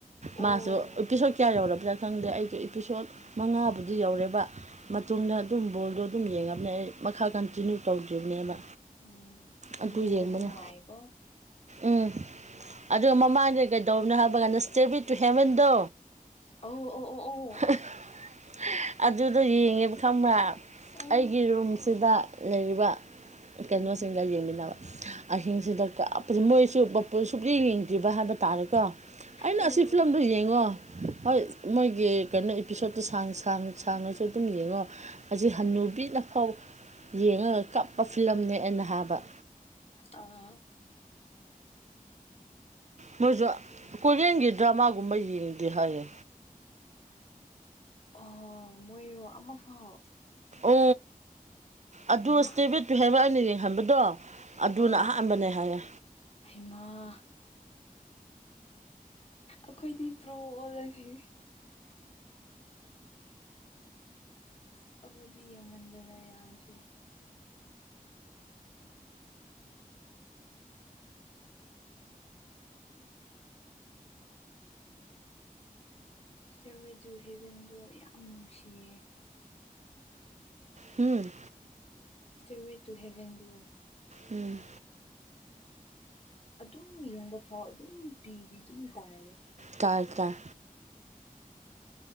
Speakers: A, on the left; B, on the right.
A: ꯑꯣ
B: ꯃꯥꯁꯨ ꯏꯄꯤꯁꯣꯠ ꯀꯌꯥ ꯌꯧꯔꯕ꯭ꯔꯖꯥꯠ ꯈꯪꯗꯦ ꯑꯩꯗꯤ ꯏꯄꯤꯁꯣꯠ ꯃꯉꯥꯕꯨꯗꯤ ꯌꯧꯔꯦꯕ ꯃꯇꯨꯡꯗ ꯑꯗꯨꯝ ꯕꯣꯜꯗꯣ ꯑꯗꯨꯝ ꯌꯦꯡꯉꯝꯅꯦ ꯑꯩ ꯃꯈꯥ ꯀꯟꯇꯤꯅ꯭ꯌꯨ ꯇꯧꯗ꯭ꯔꯤꯕꯅꯦꯕ
A: ꯎꯝ ꯌꯦꯡꯕꯗꯤ
B: ꯑꯗꯨ ꯌꯦꯡꯕꯅꯦ
A: ꯅꯨꯡꯉꯥꯏꯌꯦꯀꯣ
B: ꯎꯝ ꯑꯗꯨꯒ ꯃꯃꯥꯡꯗ ꯀꯩꯗꯧꯕꯅꯣ ꯍꯥꯏꯕ ꯀꯥꯟꯗ ꯏꯁ꯭ꯇꯦꯋꯦ ꯇꯨ ꯍꯦꯕꯟꯗꯣ
A: ꯑꯣ ꯑꯣ ꯑꯣ ꯑꯣ
B: <unintelligible> <unintelligible> ꯑꯗꯨꯗꯣ ꯌꯦꯡꯉꯦꯕ ꯈꯪꯕ꯭ꯔꯥ
A: ꯑꯧ ꯑ
B: ꯑꯩꯒꯤ ꯔꯨꯝꯁꯤꯗ ꯂꯩꯔꯤꯕ ꯀꯅꯣꯁꯤꯡꯒ
A: ꯎꯝ
B: ꯌꯦꯡꯃꯤꯟꯅꯕ ꯑꯍꯤꯡꯁꯤꯗ ꯀꯞ ꯃꯣꯏꯁꯨ <unintelligible> ꯌꯦꯡꯗ꯭ꯔꯤꯕ ꯍꯥꯏꯕ ꯇꯥꯔꯦꯀꯣ ꯑꯩꯅ
A: ꯑꯣ
B: ꯑꯁꯤ ꯐꯤꯂꯝꯗꯨ ꯌꯦꯡꯉꯣ ꯍꯣꯏ ꯃꯣꯏꯒꯤ ꯀꯩꯅꯣ ꯏꯄꯤꯁꯣꯠꯇꯣ ꯁꯥꯡ ꯁꯥꯡ ꯁꯥꯡꯉꯁꯨ ꯑꯗꯨꯝ ꯌꯦꯡꯉꯣ ꯑꯁꯤ ꯍꯅꯨꯕꯤꯅ ꯐꯥꯎ ꯌꯦꯡꯉꯒ ꯀꯞꯄ ꯐꯤꯂꯝꯅꯦ ꯑꯦꯟꯅ ꯍꯥꯕ
A: ꯑꯥ
B: ꯃꯣꯏꯖꯨ ꯀꯣꯔꯤꯌꯟꯒꯤ ꯗ꯭ꯔꯃꯥꯒꯨꯝꯕ ꯌꯦꯡꯗꯦ ꯍꯥꯏꯌꯦ
A: ꯑꯣ ꯃꯣꯏꯔꯣ ꯑꯃ ꯐꯥꯎ
B: ꯎ ꯑꯗꯨ
A: ꯍꯩꯃꯥ
B: ꯏꯁꯇꯦꯕꯤꯠꯇꯨ ꯍꯦꯕꯟ ꯑꯩꯅ ꯌꯦꯡꯍꯟꯕꯗꯣ ꯑꯗꯨꯅ
A: ꯑꯥ
B: ꯑꯍꯥꯟꯕꯅꯦ ꯍꯥꯏꯌꯦ
A: ꯍꯩꯃꯥ ꯑꯈꯣꯏꯗꯤ ꯄ꯭ꯔꯣ ꯑꯣꯜꯂꯅꯤ ꯑꯁ ꯑꯩꯈꯣꯏꯗꯤ ꯌꯦꯡꯃꯟꯗꯅ ꯌꯥꯗ꯭ꯔꯦ ꯏꯁꯇ꯭ꯌꯔ ꯋꯦ ꯇꯨ ꯍꯦꯕꯟꯗꯣ ꯌꯥꯝ ꯅꯨꯡꯁꯤꯌꯦ
B: ꯍꯨꯝ
A: ꯁ꯭ꯇꯦꯌꯔ ꯋꯦ ꯇꯨ ꯍꯦꯕꯟꯗꯨ
B: ꯎꯝ
A: ꯑꯗꯨꯝ ꯌꯦꯡꯕ ꯐꯥꯎ ꯑꯗꯨꯝ ꯄꯤꯗꯤ ꯑꯗꯨꯝ ꯇꯥꯏꯌꯦ
B: ꯇꯥꯏ ꯇꯥꯏ